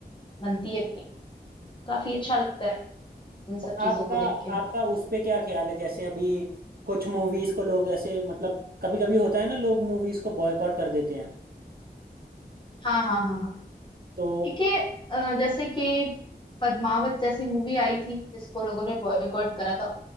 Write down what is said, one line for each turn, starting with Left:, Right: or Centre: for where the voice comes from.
Left: बनती है अपनी काफी अच्छा लगता है इन सब
Right: और
Left: चीजों
Right: आपका
Left: को देख के
Right: आपका उस पे क्या ख्याल है जैसे अभी कुछ मूवीज को लोग ऐसे मतलब कभी कभी होता है ना लोग मूवीज को बॉयकॉट कर देते हैं
Left: हाँ हाँ हाँ हाँ
Right: तो
Left: ठीक है अ, जैसे कि पद्मावत जैसी मूवी आई थी जिसको लोगों ने बॉयकॉट करा था